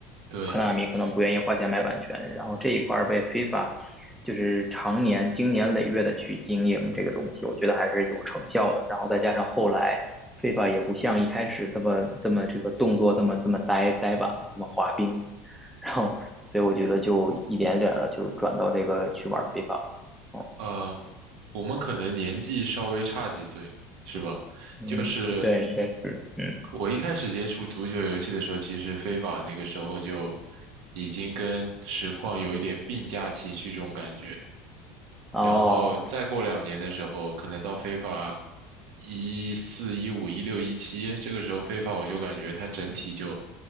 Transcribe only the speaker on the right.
对，
呃，我们可能年纪稍微差几岁，是吧？
就是
我一开始接触足球游戏的时候，其实非法那个时候就已经跟实况有一点并驾齐驱这种感觉。
然后再过两年的时候，可能到非法一四、一五、一六、一七，这个时候非法我就感觉它整体就